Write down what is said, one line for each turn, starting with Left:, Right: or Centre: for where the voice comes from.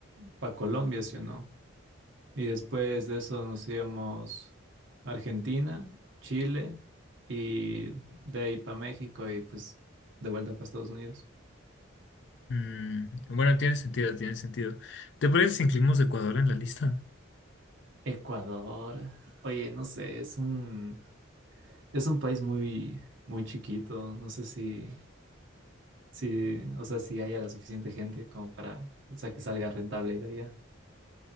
Right: pa Colombia, ¿sí o no? Y después de eso nos íbamos a Argentina, Chile y de ahí para México y pues de vuelta para Estados Unidos.
Left: Mm, bueno, tiene sentido, tiene sentido. ¿Te parece si incluimos Ecuador en la lista?
Right: Ecuador. Oye, no sé, es un es un país muy muy chiquito, no sé si si o sea, si haya la suficiente gente como para, o sea, que salga rentable ir allá.